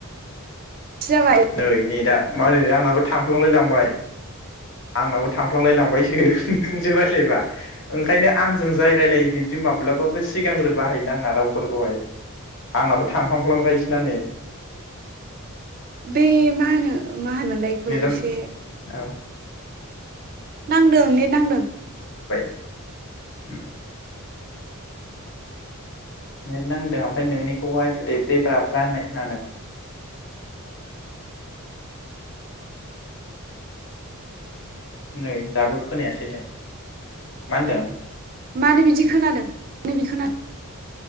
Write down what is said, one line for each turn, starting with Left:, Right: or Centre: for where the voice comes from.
Right: जाबाय
Left: नै नेटआ मारै आंनाबो थांफ्लांय लांबाय। आंनाबो थांफ्लांलायलांबायसो नोंजों रायलायबा ओंखायनो आंजों जाय रायलायो बिब्दि माब्लाबाबो सिगांग्रो बाहायनो नाङा रावफोरखौहाय आंनाबो थांहांफ्लांबायसोना नै।
Right: बे मा होनो मा होनोमोनलायखौ
Left: नेटआ
Right: एसे
Left: औ
Right: नांदों नेट नांदों।
Left: उम नेटनांदों ओमफ्राय नोंनिखौहाय ब्रेब्रे बाब्रा होननाय खोनादों? नै दाबो खोनायासैलाय। मा होनदों?
Right: मानो बिदि खोनादों मानो बिदि खोनादों?